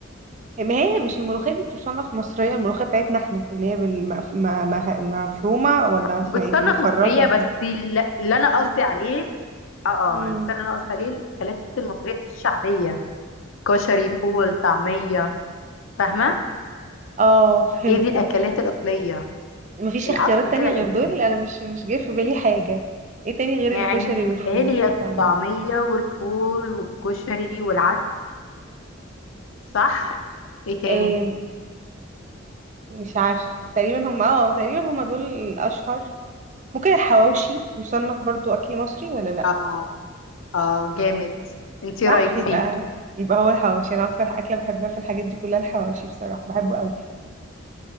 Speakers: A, on the right; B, on the left.
A: ما هي مش الملوخية دي تصنف مصرية الملوخية بتاعتنا احنا اللي هي بالمف... ما... ما... مفرومة ولا اسمها
B: بتصنف
A: ايه متخرطة
B: مصريه
A: كده
B: بس الل- اللي انا قصدي عليه اه اه
A: امم
B: بس اللي انا قصدي عليه الاكلات المصريه الشعبيه كشري فول طعمية فاهمة
A: اه فهمتك
B: هي دي الأكلات الأصلية
A: مفيش
B: الأصل
A: اختيارات تانية
B: كده القديم
A: غير دول انا مش مش جاي في بالي حاجة ايه تاني غير
B: يعني
A: الكشري والفول
B: متهيألي هي
A: والطعمية
B: الطعمية والفول والكشري والعدس صح ايه تاني
A: إيه مش عارفة تقريبا هم اه تقريبا هم دول الاشهر ممكن الحواوشي يصنف برضو اكل مصري ولا لا
B: اه اه جامد انت ايه
A: صح
B: رأيك
A: يبقى
B: فيه
A: يبقى هو الحواوشي انا اكتر اكلة بحبها في الحاجات دي كلها الحواوشي بصراحة بحبه قوي